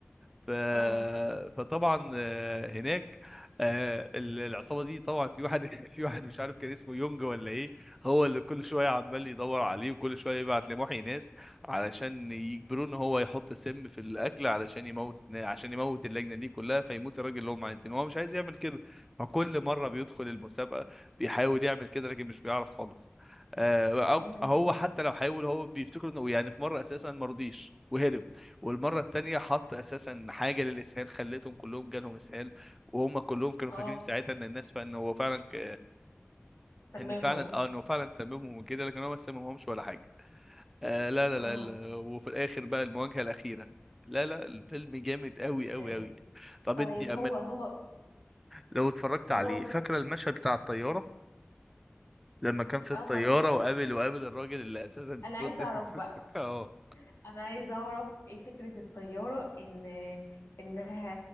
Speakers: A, in the centre; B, on the left.
A: ف...
B: اه
A: فطبعا آه، هناك آه، ال- العصابه دي طبعا في واحد <laughs> في واحد مش عارف كان اسمه يونج ولا ايه هو اللي كل شويه عمال يدور عليه وكل شويه يبعت لمحي ناس علشان يجبروه ان هو يحط سم في الاكل علشان يموت عشان يموت اللجنه دي كلها فيموت الراجل اللي هم عايزينه هو مش عايز يعمل كده فكل مره بيدخل المسابقه بيحاول يعمل كده لكن مش بيعرف خالص آه، أو-
B: م-
A: هو
B: م.
A: حتى لو حاول هو بيفتكر انه يعني في مره اساسا مرضيش وهرب والمرة التانية حط أساسا حاجة للإسهال خلتهم كلهم جالهم إسهال وهم كلهم كانوا
B: اه
A: فاكرين ساعتها إن الناس فإن هو فعلا ك...
B: سممهم
A: إن فعلا آه إن هو فعلا سممهم وكده لكن هو ما سممهمش ولا حاجة آه لا لا
B: اه
A: لا ال- وفي الآخر بقى المواجهة الأخيرة لا لا الفيلم جامد أوي أوي
B: ال-
A: أوي طب
B: طيب
A: أنت يا
B: هو
A: أمل
B: هو
A: لو اتفرجت عليه
B: هو فز
A: فاكرة المشهد بتاع الطيارة لما كان في الطيارة
B: او ما ت...
A: وقابل وقابل الراجل اللي أساسا
B: انا عايزه
A: <laughs>
B: اعرف بقى
A: آه
B: انا عايزه اعرف ايه فكره الطياره ان انها